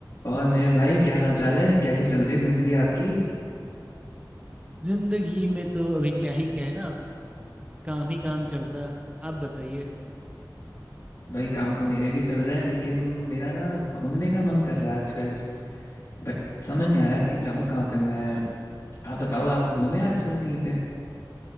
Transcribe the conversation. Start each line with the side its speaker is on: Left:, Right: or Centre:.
Left: और मेरे भाई क्या हाल चाल है कैसी चल रही है जिंदगी आपकी
Right: जिंदगी में तो अभी क्या ही कहे ना काम ही काम चल रहा आप बताइए
Left: भाई काम तो मेरे भी चल रहा है लेकिन मेरा ना घूमने का मन कर रहा है आजकल बट समझ नहीं आ रहा कि जाऊँ कहाँ पे मैं आप बताओ आप घूमे आजकल कहीं पे